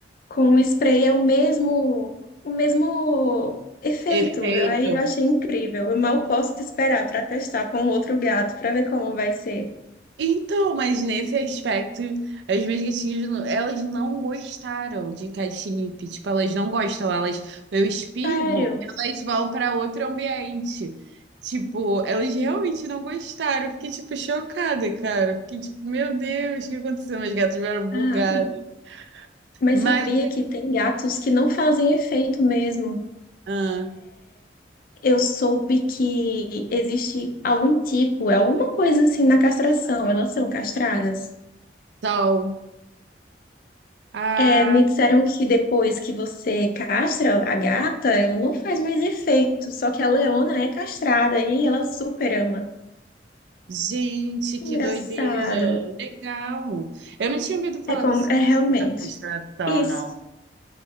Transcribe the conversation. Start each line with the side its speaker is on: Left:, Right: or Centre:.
Left: Com o spray é o mesmo, o mesmo efeito.
Right: efeito.
Left: Eu Aí eu achei incrível. Eu mal posso esperar para testar com outro gato, para ver como vai ser.
Right: Então, mas nesse aspecto, as minhas gatinhas, não- elas não gostaram de catnip. Tipo, elas não gostam, elas, eu espirro,
Left: Sério?
Right: elas vão para outro ambiente. Tipo, elas realmente não gostaram. Eu fiquei, tipo, chocada, cara. Eu Fiquei, tipo, meu Deus, o que aconteceu? Meus gatos vieram bugados.
Left: Ah. Mas
Right: Mas,
Left: sabia que tem gatos que não fazem efeito mesmo.
Right: ah,
Left: Eu soube que existe algum tipo, é alguma coisa assim na castração, elas são castradas.
Right: sal. Ah.
Left: É, me disseram que depois que você castra a gata, ela não faz mais efeito, só que a leona é castrada e ela super ama.
Right: Gente,
Left: Engraçado.
Right: que doideira! Legal! Eu não tinha ouvido falar
Left: É como,
Right: desse
Left: é realmente.
Right: da constelação,
Left: Isso.
Right: não.